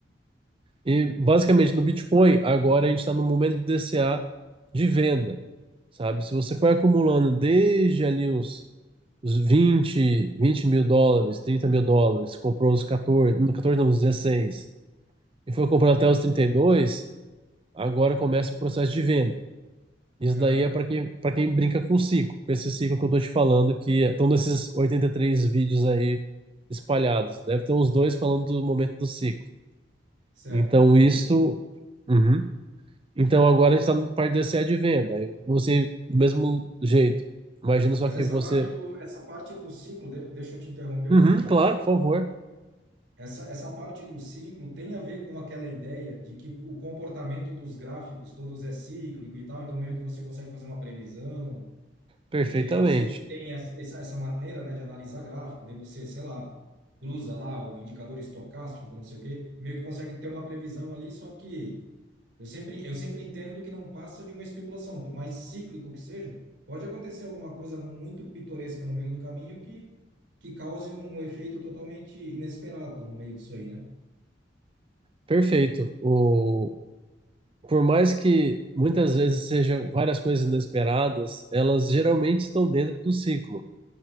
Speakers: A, on the right; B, on the right.
A: E, basicamente, no Bitcoin, agora a gente está no momento de DCA de venda, sabe? Se você foi acumulando desde ali os, os 20 20 mil dólares, 30 mil dólares, comprou os 14, não, 14 não, os dezesseis e foi comprando até os trinta e dois Agora começa o processo de venda. Isso
B: aham,
A: daí é para quem, para quem brinca com o ciclo, com esse ciclo que eu estou te falando, que estão nesses 83 vídeos aí espalhados. Deve ter uns dois falando do momento do ciclo.
B: certo,
A: Então,
B: entendi.
A: isso. Uhum. Então, agora a gente está na parte do SEA de venda. Aí você, do mesmo jeito, imagina só
B: Mas
A: que
B: essa
A: você.
B: parte do, essa parte do ciclo, de- deixa eu te interromper
A: Uhum,
B: um pouquinho.
A: claro,
B: desculpa.
A: por favor.
B: Essa, essa parte do ciclo tem a ver com aquela ideia de que o comportamento dos gráficos todos é cíclico e tal, então meio que você consegue fazer uma previsão.
A: Perfeitamente.
B: Porque eu sei que tem essa essa- maneira, né, de analisar gráfico, daí você, sei lá, cruza lá o indicador estocástico com não sei o quê, meio que consegue ter uma previsão ali, só que eu sempre, eu sempre entendo que não passa de uma especulação, por mais cíclico que seja, pode acontecer alguma coisa muito pitoresca no meio do caminho que, que cause um, um efeito totalmente inesperado no meio disso aí, né?
A: Perfeito. O... Por mais que muitas vezes sejam várias coisas inesperadas, elas geralmente estão dentro do ciclo.